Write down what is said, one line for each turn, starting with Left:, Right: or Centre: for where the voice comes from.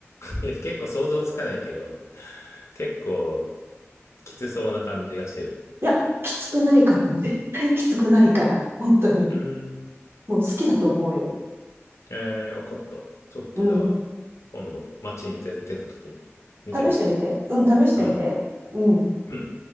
Left: いや、結構想像つかないけど、結構きつそうな感じがしてる。
Right: いや、きつくないから。絶対きつくないから。本当に。
Left: うーん。
Right: もう好きだと思うよ。
Left: えー、わかった。ちょっとじゃあ、
Right: うん。
Left: 今度、街に出てた時に見てみるわ。
Right: 試してみて。うん、試してみて。
Left: うん。
Right: うん。
Left: うん。